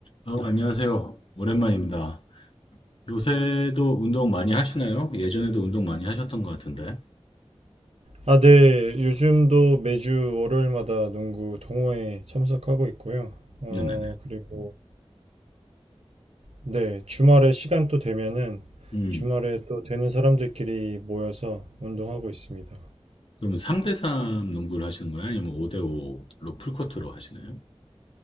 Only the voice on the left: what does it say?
어, 안녕하세요. 오랜만입니다. 요새도 운동 많이 하시나요? 예전에도 운동 많이 하셨던 것 같은데.
네네네.
음,
그러면 3대3 농구를 하시는 거예요? 아니면 5대5로 풀코트로 하시나요?